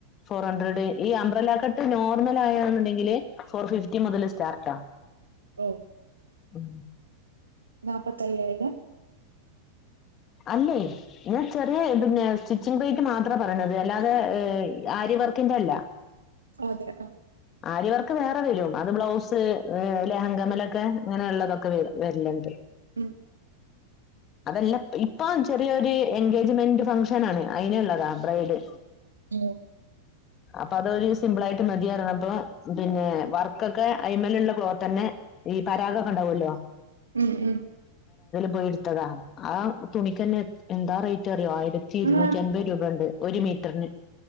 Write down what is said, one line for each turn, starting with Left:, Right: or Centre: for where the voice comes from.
Left: four hundred ഈ അമ്പ്രല്ല കട്ട് നോർ മാണെന്നുണ്ടെങ്കിൽ ഫോർ ഫിഫ്റ്റി മുതൽ സ്റ്റാർട്ട
Right: ഓ
Left: ഉം
Right: നാപ്പത്തയ്യായിരം
Left: അല്ലേ ഇന്നാ ചെറിയ പിന്നെ സ്റ്റിച്ചിങ് റേറ്റ് മാത്ര പറയണത് അല്ലാതെ ആര്യ വർക്കിന്റെ അല്ല
Right: അതെ ആ
Left: ആര്യ വർക്ക് വേറെ വരു അത് ബ്ലൗസ് ലെഹങ്കമലൊക്കെ അങ്ങനെയുള്ളള്ളതൊക്കെ വ വരിലുണ്ട്
Right: ഉം
Left: അതല്ല ഇപ്പൊ ചെറിയൊരു എൻഗേജ്മെന്റ് ഫംഗ്ഷൻ ആണ് അയിന്ള്ളതാ ബ്രൈഡ്
Right: ഉം
Left: അപ്പൊ അതൊരു സിംപിൾ ആയിട്ട് മതിയറണപ്പം പിന്നെ വർക്കൊക്കെ അയിമല്ള്ള ക്ലോത്ത് തന്നെ ഈ പരാഗൊക്കെണ്ടാവല്ലോ
Right: ഉം ഉം
Left: പോ എടുത്തതാണ് ആ തുണിക്ക്ന്നെ എന്താ റേറ്റ് അറിയോ ഇരുന്നൂറ്റി
Right: ആ
Left: അൻപത് രൂപ ഉണ്ട് ഒരു മീറ്ററിന്